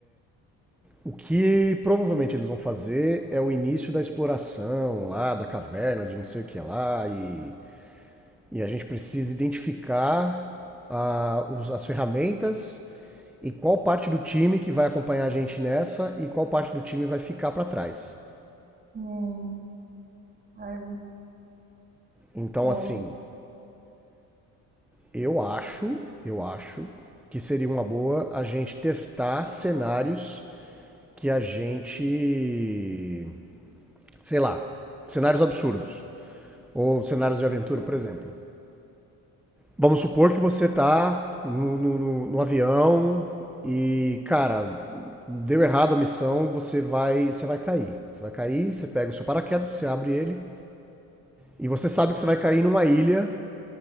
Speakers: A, in the centre; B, on the right.
A: o que provavelmente eles vão fazer é o início da exploração lá, da caverna, de não sei o que lá, e, e a gente precisa identificar a os- as ferramentas E qual parte do time que vai acompanhar a gente nessa e qual parte do time vai ficar para trás?
B: Hum, ai,
A: Então,
B: bom,
A: assim, eu acho, eu acho que seria uma boa a gente testar cenários que a gente, sei lá, cenários absurdos ou cenários de aventura, por exemplo. Vamos supor que você tá no, no, no- no avião e, cara, deu errado a missão, você vai, você vai cair. Você vai cair, você pega o seu paraquedas, você abre ele E você sabe que você vai cair numa ilha